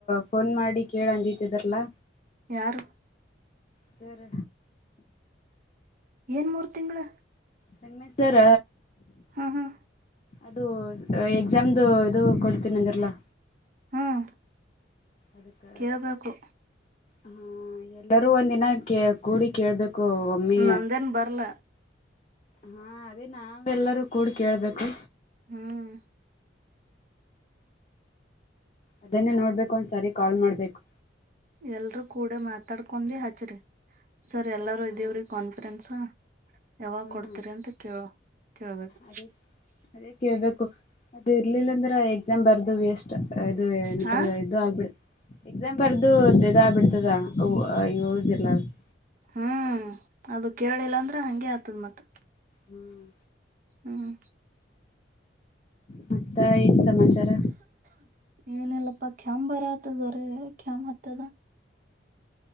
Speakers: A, on the left; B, on the right.
A: ಫೋನ್ ಮಾಡಿ ಕೇಳ ಅಂದತಿದಾರಲ್ಲ
B: ಯಾರು
A: ಸರ್
B: ಏನ್ ಮೂರ್ ತಿಂಗಳು
A: ಸಂಗಮೇಶ್ರ
B: ಹ್ಮ್ ಹ್ಮ್
A: ಅದು ಎಕ್ಸಾಮ್ದು ಇದು ಕೊಡ್ತೀನಿ ಅಂದಿದ್ರಲಾ
B: ಹ್ಮ್
A: ಅದಕ್ಕೆ
B: ಕೇಳ್ಬೇಕು
A: ಹಾ ಎಲ್ಲರೂ ಒಂದಿನ ಕ ಕೂಡಿ ಕೇಳ್ಬೇಕು ಒಮ್ಮೆ
B: ನಂದೇನ್ ಬರ್ಲ.
A: ಹಾ ಅದೇ ನಾವ ಎಲ್ಲರೂ ಕೂಡ ಕೇಳ್ಬೇಕು.
B: ಹ್ಮ್
A: ಅದನ್ನೇ ನೋಡ್ಬೇಕು ಒಂದ್ಸಾರಿ ಕಾಲ್ ಮಾಡ್ಬೇಕು.
B: ಎಲ್ರೂ ಕೂಡ ಮಾತಾಡ್ಕೊಂಡು ಹಚ್ಚ್ರರಿ ಸರ್ ಎಲ್ಲರೂ
A: ಹ್ಮ್
B: ಇದೀವ್ರಿ ಕಾನ್ಫಿರೆನಸ್. ಯಾವಾಗ
A: ಹ್ಮ್
B: ಕೊಡ್ತೀರಿ ಅಂತ ಕ ಕೇಳ್ಬೇಕು.
A: ಅದೇ ಅದೇ ಕೇಳ್ಬೇಕು ಅದು ಇರ್ಲಿಲ್ಲ ಅಂದ್ರೆ ಎಕ್ಸಾಮ್ ಬರ್ದ ವೇಷ್ಟ. ಅದು ಎ
B: ಹಾ
A: ತರ ಇದು ಆಗ್ಬಿಡ್. ಎಕ್ಸಾಮ ಬರ್ದು ಇದಾ ಬಿಡ್ತದೂತ ಯೂಸ್ ಇಲ್ಲಾ ಅಂತಾ.
B: ಹ್ಮ್ ಅದು ಕೇಳಿಲ್ಲ ಅಂದ್ರ ಹಂಗೆ ಆಗ್ತದ ಮತ್ತೆ.
A: ಹ್ಮ್
B: ಹ್ಮ
A: ಮತ್ತ ಏನ್ ಸಮಾಚಾರ
B: ಏನಲ್ಲಪ್ಪಾ ಕ್ಯಾಮ್ ಬರ ಆತದವರ ಕ್ಯಾಮ್ ಹತ್ತದ